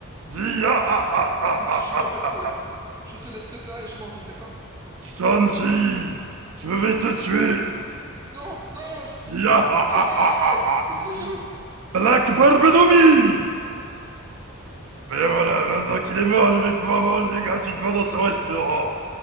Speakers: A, on the right; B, on the right.
A: Zia!
B: Oh putain.
A: Ah, ah, ah,
B: Écoute, je ne
A: ah,
B: veux pas de
A: ah.
B: problème. Je te laisse ce plat et je m'en vais, d'accord?
A: Sanji! Je vais te tuer!
B: Non, non, je,
A: Zia! Ah, ah,
B: je m'en
A: ah,
B: vais!
A: ah, ah.
B: Je cours!
A: Black Barbe Nomi! Mais voilà, maintenant qu'il est mort, je vais pouvoir manger gratuitement dans ce restaurant.